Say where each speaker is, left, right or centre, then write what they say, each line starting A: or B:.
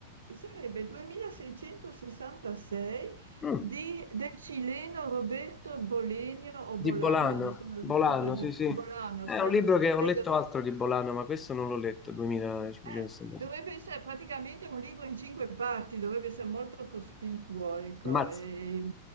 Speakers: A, on the right (about 75°); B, on the left (about 20°).
A: eh, sarebbe 2666
B: Mm,
A: di- del cileno Roberto Bolenio o
B: di
A: Bolagno,
B: Bolano,
A: adesso non
B: Bolano,
A: ricordo esattamente,
B: sì, sì.
A: Bolano,
B: È
A: sì,
B: un libro che ho
A: Ecco,
B: letto altro di Bolano, ma questo non l'ho letto, 2500.
A: eh, dovrebbe essere praticamente un libro in cinque parti, dovrebbe essere molto cospicuo, ecco,
B: Ammazza.
A: e,